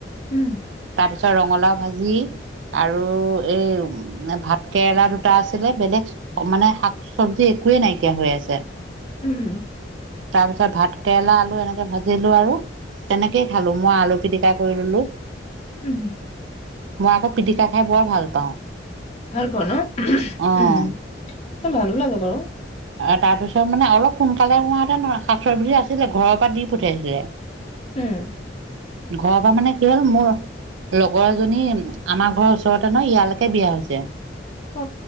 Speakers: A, on the left (about 35°); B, on the right (about 80°).
A: উম
B: তাৰ পিছত ৰঙালাও ভাজি আৰু এই ভাত কেৰেলা দুটা আছিলে বেলেগ মানে শাক চবজি একোৱে নাইকিয়া হৈ আছে৷
A: উম
B: তাৰ পিছত ভাত কেৰেলা আলু এনেকে ভাজিলো আৰু৷ তেনেকেই খালো মই আলু পিটিকা কৰি ললো৷
A: উম হুম
B: মই আকৌ পিটিকা খাই বৰ ভাল পাওঁ৷
A: ভাল পোৱা ন
B: অ
A: উম ভালো লাগে বাৰু৷
B: তাৰপিছত মানে অলপ সোনকালে হোৱা হেঁতেন শাক চবজি আছিলে ঘৰৰ পৰা দি পঠিয়াইছিলে।
A: উম।
B: ঘৰৰ পৰা মানে কি হল মোৰ লগৰ এজনী আমাৰ ঘৰৰ ওচৰতে নহয় ইয়ালৈকে বিয়া হৈছে।
A: অ